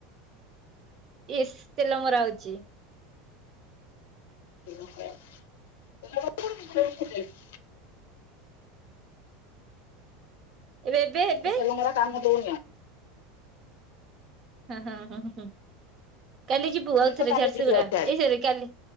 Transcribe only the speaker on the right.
ଇସ୍ ତେଲ ମରା ହଉଛି।
ଏବେ ଏବେ ଏବେ
<unintelligible> କାଲି ଯିବୁ
ଆଉ
ଥରେ
ଝାରସୁଗୁଡା,
ଏ ସରି କାଲି,